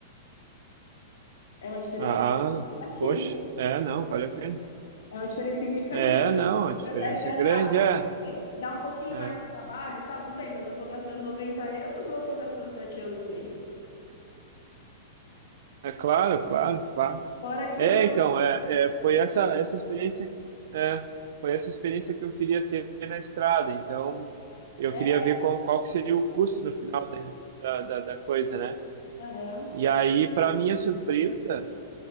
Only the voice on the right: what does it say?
Ah,
poxa, é, não, vale a pena.
É, não, a
diferença
é grande,
é.
É.
É claro, claro, claro.
É,
então, é, é, foi essa essa experiência, é, foi essa experiência que eu queria ter na estrada. Então, eu
queria ver qual, qual que seria o custo no final da, da, da- da coisa, né?
E aí, para minha surpresa,